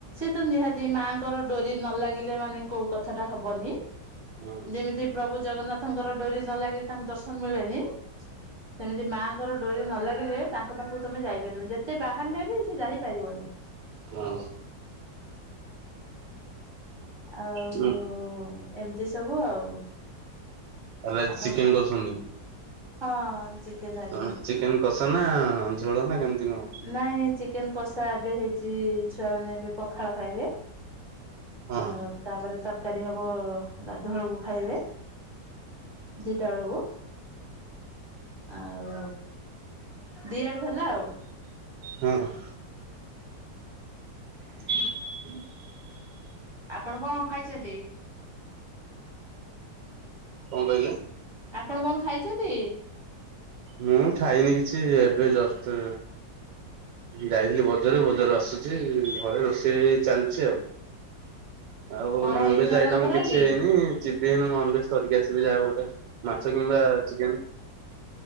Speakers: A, on the right; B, on the right.
A: ତ ନିହାତି ସେ ମାଆଙ୍କର ଡୋରି ନ ଲାଗିଲେ ମାନେ କଉ କଥାଟା ହବନି।
B: ହଁ
A: ଯେମିତି ପ୍ରଭୁ ଜଗନ୍ନାଥଙ୍କର ଡୋରି ନଲାଗେ ତାଙ୍କୁ ଦର୍ଶନ ମିଳେନି। ସେମିତି ମାଙ୍କ ର ଡୋରି ନ ଲାଗିଲେ, ତାଙ୍କ ପାଖକୁ ତମେ ଯାଇପାରିବନି। ଯେତେ ବାହାରିଲେ ବି ସେ ଯାଇପାରିବନି।
B: ହଁ।
A: ଆଉ
B: ହୁଁ
A: ଏମିତି ସବୁ ଆଉ।
B: ହେଲେ
A: ଆପଣ
B: ଚିକେନ
A: ଖା
B: କରୁଛନ୍ତି।
A: ହଁ, ଚି ଚିକେ ଆଜି
B: ହଁ
A: ହେଇଚି,
B: ଚିକେନ କଷା ନା ଝୋଳ ନା କେମିତି କଣ?
A: ନାଇଁ ଚିକେନ କଷା ଏବେ ହେଇ ଛୁଆମାନେ ଏବେ ପଖାଳ ଖାଇବେ,
B: ହଁ
A: ଆଉ ତାପରେ ତରକାରୀ। ହବ ଗାଧୁଆ ବେଳକୁ ଖାଇବେ, ଦିଟା ବେଳକୁ। ଆଉ ଦିଆଡୁ ହେଲା ଆଉ।
B: ହୁଁ। <inaudible>
A: ଆପଣ କଣ ଖାଇଚନ୍ତି?
B: କଣ କହିଲେ?
A: ଆପଣ କଣ ଖାଇଚନ୍ତି?
B: ମୁଁ ଖାଇନି କିଛି, ଏବେ ଜଷ୍ଟ ଯାଇଥିଲି ବଜାରକୁ ବଜାରରୁ ଆସୁଚି, ଘରେ ରୋଷେଇ ଚାଲିଚି ଆଉ। <inaudible> ଆଉ
A: କଣ
B: ନନଭେଜ
A: ହେଇଛି ଆପଣଙ୍କର
B: ଆଇଟମ କିଛି
A: ଆଜି?
B: ହେଇନି ଯିବି ନନଭେଜ ଧରିକି ଆସିବି ଯାହା ଗୋଟେ ମାଛ। କିମ୍ବା ଚିକେନ୍।